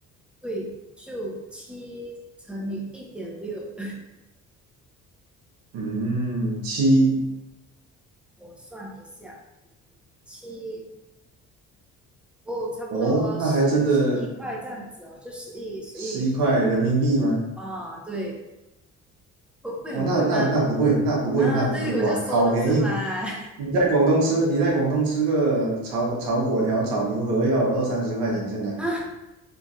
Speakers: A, in the centre; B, on the right.
A: 对，就七乘以一点六，
B: 嗯，七
A: <laughs> 我算一下，七哦，差不多十十亿块这样子哦，
B: 哦，那还真的
A: 就十亿十亿
B: 十一块人民币吗？
A: 啊，对，会会很贵吗？
B: 哇，那那那不贵，那不贵，
A: 啊，
B: 那不贵，
A: 对，我就说了是吧？
B: 哇，好便宜！
A: <laughs>
B: 你在广东吃，你在广东吃个炒炒粿条、炒牛河要二三十块钱，现在
A: 啊，